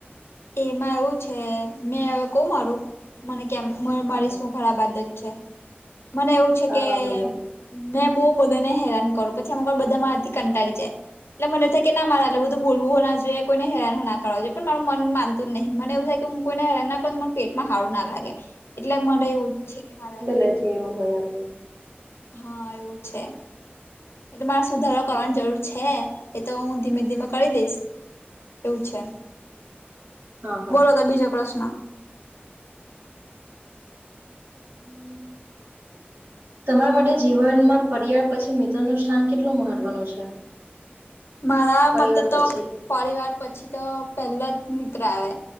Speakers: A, on the left; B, on the right.
A: એમાં એવું છે મેં <unintelligible> મારું મને કેમ. મ
B: હા
A: મારી
B: હા
A: શું ખરાબ આદત છે મને એવું છે
B: હા
A: કે
B: હા બોલો
A: મેં બહુ બધાને હેરાન કરું પછી અમુકવાર બધા મારાથી કંટાળી જાય. એટલે મને થાય કે ના મારે એટલુ બધું બોલવું ના જોઇએ કોઈને હેરાને ના કરવા જોએ પણ મારે મન માનતું જ નહી મને એવું થાય કે હું કોઈને હેરાન ના કરું મને પેટમાં હારું ના લાગે. એટલે મને એવું જ છે કે મારે.
B: તેતી એવું હોય આપને
A: હા એવું છે એટલે મારે સુધારો
B: આપણું.
A: કરવાની જરૂર. છે એ તો હું ધીમે ધીમે કરી દઈશ એવું છે
B: હા હા.
A: બોલો તો બીજો પ્રશ્ન.
B: હમ્મ તમારા માટે જીવનમાં પર્યાર પછી મિત્ર નુ સ્થાન કેટલું મહત્વનું છે. <inaudible>
A: મારા
B: પરિવાર
A: મતે
B: પછી
A: તો પરિવાર પછી તો પેલા જ મિત્ર આવે.